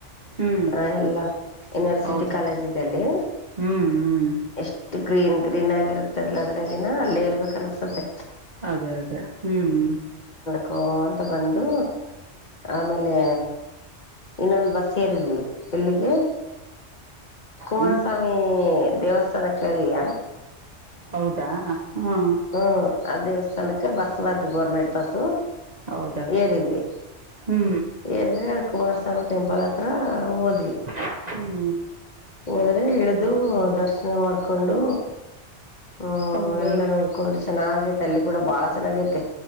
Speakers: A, on the right (about 45°); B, on the left (about 40°).
A: ಹ್ಞೂ
B: ಆ ಎಲ್ಲ ಯುನಿವರ್ಸಿಟಿ
A: ಹೌದು
B: ಕಾಲೇಜ್ ಇದಲ್ಲಿ
A: ಹ್ಞೂ ಹ್ಞೂ
B: ಎಷ್ಟು ಗ್ರೀನ್ ಗ್ರೀನ್ ಆಗಿರುತ್ತಲ್ಲ ಅದ್ರಾಗಿನ ಅಲ್ಲೇ ಇರ್ಬೇಕಕ್ ಅನಸತೆ
A: ಅದೇ ಅದೇ ಹ್ಮ್
B: ಕ್ಕೋ ಅಂತ ಬಂದು ಆಮೇಲೆ ಇನ್ನೊಂದು ಬಸ್ ಸೇರಿದ್ವಿ ಇಲ್ಲಿಗೆ ಕುಮಾರಸ್ವಾಮಿ
A: ಹ್ಞೂ
B: ದೇವಸ್ಥಾನಕ್ಕೆಳಿದಯಾ
A: ಹೌದಾ ಹಾಂ
B: ಹ್ಮ್ ಆ ದೇವಸ್ಥಾನಕ್ಕೆ ಬಸ್ ಬಂತು ಗೋರ್ಮೆಂಟ್ ಬಸ್
A: ಹೌದಾ
B: ಏರಿದ್ವಿ
A: ಹ್ಞೂ
B: ಏರಿದ್ರೆ ಅಲ್ಲಿ ಕುಮಾರಸ್ವಾಮಿ ಟೆಂಪಲ್ ಹತ್ತ ಹತ್ರ ಓದ್ವಿ
A: ಹ್ಮ್
B: ಹನಾದ್ರೆ ಇಳಿದು ದರ್ಶನ ಮಾಡ್ಕೊಂಡು ಹ್ಮ್
A: ಹೌದು
B: ಎಲ್ಲ ನೋಡ್ಕೊಂಡು ಚೆನ್ನಾಗ ತೆ ಅಲ್ಲಿ ಕೂಡ ಬಾಳ ಚೆನ್ನಾಗೈತೆ